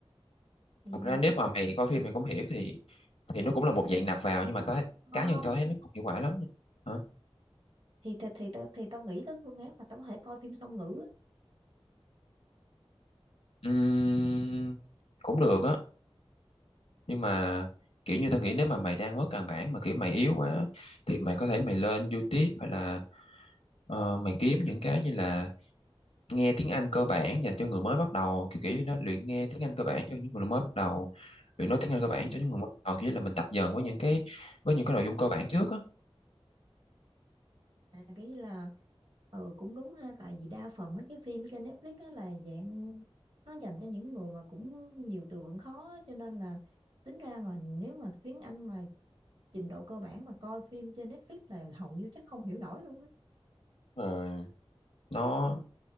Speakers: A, on the right; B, on the left.
A: thì
B: Thật ra nếu mà mày coi phim mày không hiểu thì thì nó cũng là một dạng nạp vào nhưng mà tao thấy-
A: không
B: cá nhân tao thấy nó không hiệu quả lắm nha. hả
A: thì thì thì, tao- thì, tao nghĩ tới phương án là tao có thể coi phim song ngữ á.
B: Ừm, cũng được á nhưng mà kiểu như tao nghĩ nếu mà mày đang mất căn bản mà kiểu mày yếu quá thì mày có thể mày lên YouTube hay là ờ, mày kiếm những cái như là nghe tiếng Anh cơ bản dành cho người mới bắt đầu kiểu kiểu như nó luyện nghe tiếng Anh cơ bản cho những người mới bắt đầu luyện nói tiếng Anh cơ bản
A: Ừ.
B: cho những người mới bắt đầu kiểu như là mình tập dần với những cái với những cái nội dung cơ bản trước á
A: À, cái như là ừ cũng đúng ha tại vì đa phần mấy cái phim ở trên Netflix á là dạng nó dành cho những người mà cũng nhiều từ vựng khó á, cho nên là tính ra mà nếu mà tiếng Anh mà trình độ cơ bản mà coi phim trên Netflix là hầu như chắc không hiểu nổi luôn á
B: Ờ, nó